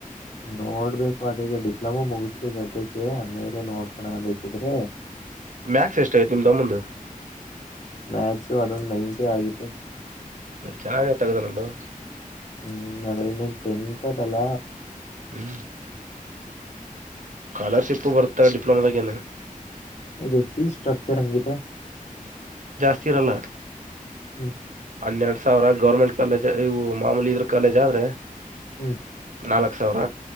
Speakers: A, on the left; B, on the right.
A: ನೋಡ್ಬೇಕು ಅದಗ ಡಿಪ್ಲೊಮಾ ಮುಗಿಸ್ಲಿ ಸದ್ಯಕ್ಕೆ ಆಮೇಲೆ ನೋಡ್ಕೋಳಣ ಬೇಕಿದ್ರೆ
B: ಮ್ಯಾಕ್ಸ್ ಎಷ್ಟ ಆಐತಿ ನಿಮ್ ತಮ್ಮಂದ
A: ಮ್ಯಾಕ್ಸ್ ಅದೊಂದು ನೈಂಟಿ ಆಗಿತ್ತು
B: ಚೆನ್ನಾಗೆ ತಗ್ದನಲೋ
A: ಹೂ ಅದ್ರೆ ಇನ್ನೇನ್ ಟೆಂತ್ ಅರಲ್ಲ
B: ಹೂ ಸ್ಕಾಲರ್ಶಿಪ್ಪು ಬರ್ತಾ ಡಿಪ್ಲೊಮದಾಗ ಏನು
A: ಇದು ಫೀ ಸ್ಟ್ರಕ್ಚರ್ ಹೆಂಗಿದೆ
B: ಹಚಿರಲ್ಲ
A: ಹು
B: ಹನ್ನೆರಡು ಸಾವಿರ ಗೌರ್ಮೆಂಟ್ ಕಾಲೇಜ್ ಇವು ಮಾಮೂಲಿ ಇದ್ರ ಕಾಲೇಜ್ ಆದ್ರೆ
A: ಹು
B: ನಾಲ್ಕು ಸಾವಿರ